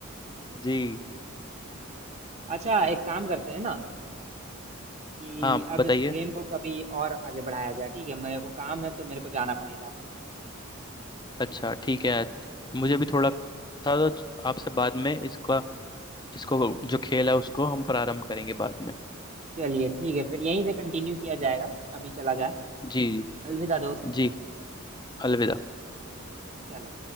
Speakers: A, on the left; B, on the right.
A: जी
B: अच्छा एक काम करते हैं ना कि
A: हाँ
B: अब
A: बताइए
B: इस गेम को कभी और आगे बढ़ाया जाए ठीक है मेरे को काम है तो मेरे को जाना पड़ेगा
A: अच्छा ठीक है मुझे भी थोड़ा था तो आपसे बाद में इसका इसको जो खेल है उसको हम प्रारंभ करेंगे बाद में
B: चलिए ठीक है फिर यहीं से कंटिन्यू किया जाएगा अभी चला जाए
A: जी
B: अलविदा दोस्त
A: जी जी अलविदा
B: चलो